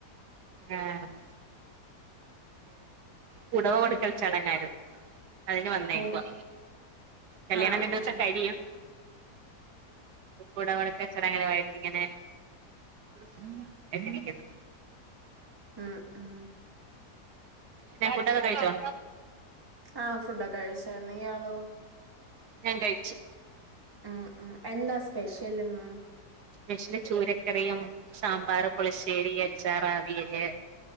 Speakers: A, on the right; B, on the right.
A: ആഹ് പുടവ കൊടുക്കൽ ചടങ്ങായിരുന്നു അതിന് വന്നേക്കുവാ
B: ഓ
A: കല്യാണം
B: ആഹ്
A: രണ്ട് ദിവസം
B: ആഹ്
A: കഴിയും പുടവ കൊടുക്കൽ ചടങ്ങുകളുമായിട്ട് ഇങ്ങനെ ഉം എത്തിയിരിക്കുന്നു
B: ആഹ് ആഹ്
A: പിന്നെ ഫുഡോക്കെ കഴിച്ചോ
B: ആഹ് ഫുഡൊക്കെ കഴിച്ചാരുന്നു ഇയാളോ
A: ഞാൻ കഴിച്ചു
B: ഉം ഉം എന്താ സ്പെഷ്യൽ ഇന്ന്
A: സ്പെഷ്യല് ചൂരക്കറിയും സാമ്പാറ് പുളിശ്ശേരി അച്ചാറ് അവിയല്